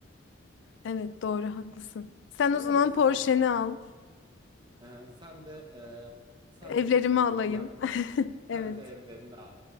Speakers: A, on the left; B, on the right.
A: Evet doğru haklısın. Sen
B: Öyle
A: o zaman
B: işte
A: Porsche'ni
B: senin.
A: al.
B: Hı hı. Sen de e, sen
A: Evlerimi
B: de istediğini
A: alayım.
B: yap.
A: <laughs>
B: Sen
A: Evet.
B: de evlerini al.